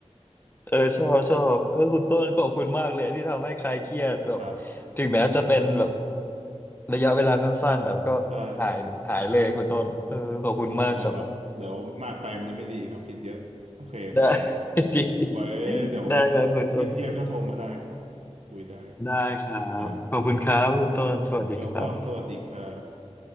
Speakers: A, on the left (about 15°); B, on the right (about 70°).
A: เออชอบชอบเออคุณต้นขอบคุณมากเลยที่ทำให้คลายเครียดแบบ
B: ครับ
A: ถึงแม้จะเป็นแบบระยะเวลาสั้นๆแต่ก็หายหายเลยคุณต้นเออขอบคุณมากครับ
B: ใช่ ได้ครับเดี๋ยวมากไปมันจะไม่ดีครับคิดเยอะโอเคโอเค
A: ได้ <laughs> จริงจริง
B: ไว้เดี๋ยวมีเครียดๆก็โทรมาได้ครับเดี๋ยวคุยได้
A: ได้ครับคุณต้นได้ครับขอบคุณครับคุณต้นสวัสดีครับ
B: ครับเวลคอมสวัสดีครับ